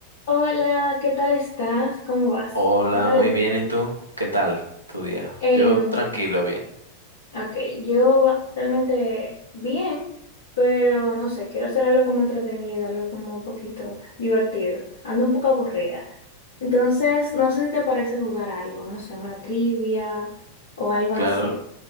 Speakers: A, on the left; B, on the right.
A: Hola, ¿qué tal estás? ¿Cómo vas?
B: Hola,
A: ¿Qué tal
B: muy
A: el día?
B: bien. ¿Y tú? ¿Qué tal tu día?
A: Em,
B: Yo tranquilo, bien.
A: ok, yo va- realmente bien, pero no sé, quiero hacer algo como entretenido, algo como un poquito divertido. Ando un poco aburrida. Entonces, no sé si te parece jugar algo, no sé, una trivia o algo
B: Claro,
A: así.